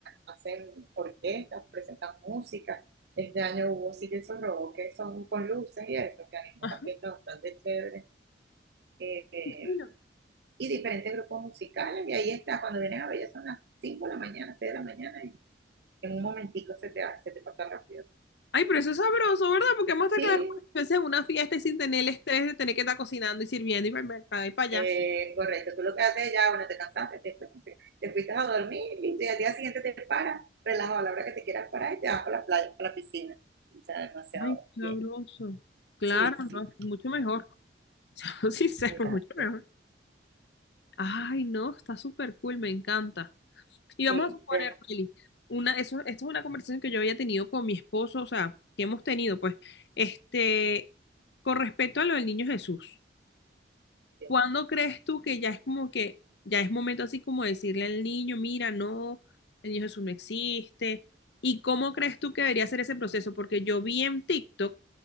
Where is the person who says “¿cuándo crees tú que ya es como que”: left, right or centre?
Left